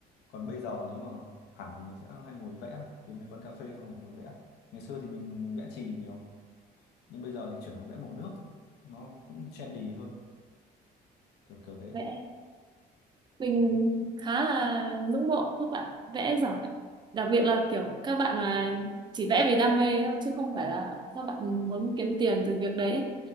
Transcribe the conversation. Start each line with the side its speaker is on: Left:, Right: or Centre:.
Left: Còn bây giờ nếu mà hẳn thì mình sẽ hay ngồi vẽ, kiếm mấy quán cà phê xong rồi ngồi vẽ. Ngày xưa thì mình vẽ chì nhiều, nhưng bây giờ thì chuyển sang vẽ màu nước, nó cũng trendy hơn, kiểu kiểu thế.
Right: Vẽ mình
Left: Ừ.
Right: khá là ngưỡng mộ các bạn vẽ giỏi đặc biệt là kiểu các bạn mà chỉ vẽ vì đam mê thôi, chứ không phải là các bạn muốn kiếm tiền từ việc đấy